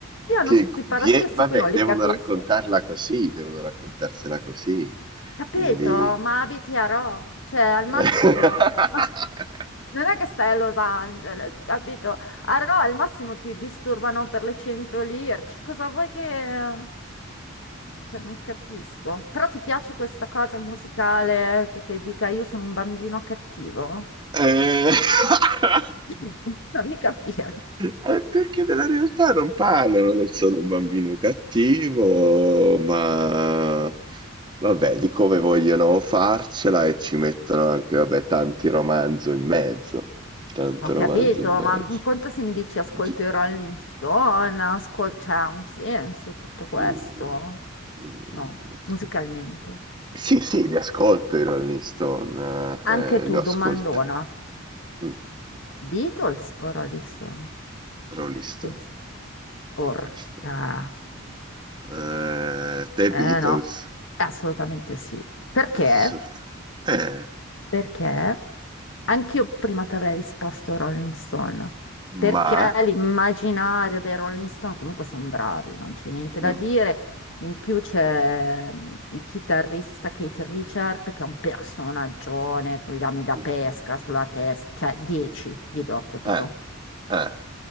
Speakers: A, on the left (about 65°); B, on the right (about 20°).
A: siano
B: che
A: sotto i palazzi?
B: vie-
A: Io sì,
B: vabbè,
A: qui non
B: devono
A: li capisco.
B: raccontarla così, devono raccontarsela così.
A: Capito?
B: Quindi...
A: Ma abiti a Rho, cioè al massimo
B: <laughs>
A: <laughs> non è che stai a Los Angeles, capito? A Rho al massimo ti disturbano per le 100 lire, cioè, cosa vuoi che... Cioè, non capisco. Però ti piace questa cosa musicale che, che dica io sono un bambino cattivo?
B: Eh, <laughs>
A: <laughs> Non mi capire.
B: È perché della realtà non parlano del sono un bambino cattivo, ma vabbè, di come vogliono farcela e ci mettono anche, vabbè, tanti romanzo in mezzo, tanto
A: Ho capito,
B: romanzo in mezzo.
A: ma un conto se mi dici ascolto
B: Di-
A: i Rolling Stone, ascol- cioè ha un senso tutto questo?
B: mm, mm.
A: No, musicalmente.
B: Sì, sì, li ascolto i Rolling Stone,
A: Anche
B: eh, eh,
A: tu,
B: li ho ascoltati.
A: domandona,
B: Mm,
A: Beatles o Rolling Stone?
B: Rolling Stone,
A: Attenz- Orca.
B: Rolling Stone. Eh, The
A: Eh
B: Beatles,
A: no, assolutamente sì. Perché?
B: assolutamente. Eh,
A: Perché anch'io prima ti avrei risposto Rolling Stone, perché
B: ma...
A: l'immaginario dei Rolling Stone comunque sono bravi, non c'è niente da
B: Mm,
A: dire. In più c'è mm, il chitarrista Keith Richard che è un personaggione con gli ami da
B: mm,
A: pesca sulla testa, cioè 10 gli do, capito?
B: eh, eh.